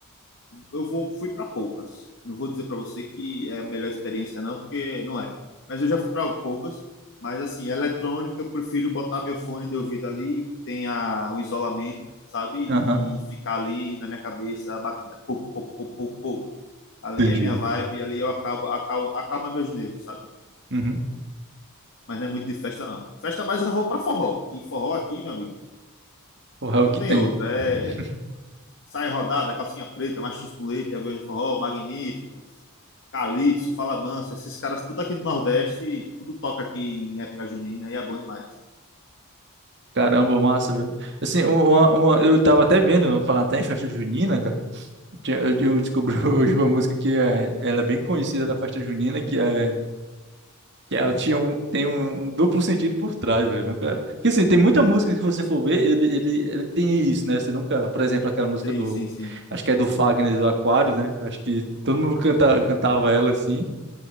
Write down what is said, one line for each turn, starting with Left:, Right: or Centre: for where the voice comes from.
Left: eu vou, fui para poucas. Não vou dizer para você que é a melhor experiência, não, porque não é. Mas eu já fui para poucas. Mas, assim, eletrônica, eu prefiro botar meu fone de ouvido ali, que tenha o isolamento, sabe?
Right: Aham.
Left: E ficar ali na minha cabeça a batida. Pô, pô, pô, pô, pô. Ali
Right: Entendi.
Left: é minha vibe, ali eu acabo, acalma, acalma meus nervos, sabe?
Right: Uhum.
Left: Mas não é muito de festa, não. Festa mais eu vou para forró. E forró aqui, meu amigo,
Right: Porra,
Left: é-
Right: é o
Left: não
Right: que
Left: tem
Right: tem.
Left: outra. É
Right: <laughs>
Left: Sai Rodada, Calcinha Preta, Machos com Leite, Aviões de Forró, Magníficos, Calypso, Fala Mansa, esses caras tudo aqui do Nordeste, tudo toca aqui em época junina e é bom demais.
Right: Caramba, massa, velho. Assim, uma, uma- eu tava até vendo, falar até em festa junina, cara. Tinha- Eu eu descobri <laughs> hoje uma música que é, ela é bem conhecida da festa junina, que é Que ela tinha um, tem um, um duplo sentido por trás, velho. Nunca... Que assim, tem muita música que você for ver, ele, ele, ele tem isso, né? Você nunca, por exemplo, aquela música
Left: Sim,
Right: do.
Left: sim, sim.
Right: Acho que é do Fagner do Aquário, né? Acho que todo mundo canta, cantava ela assim.